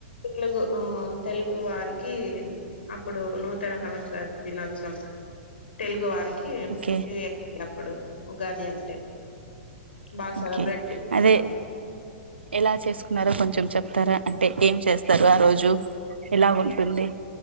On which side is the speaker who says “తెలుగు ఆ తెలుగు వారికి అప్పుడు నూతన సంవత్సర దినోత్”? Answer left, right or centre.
Left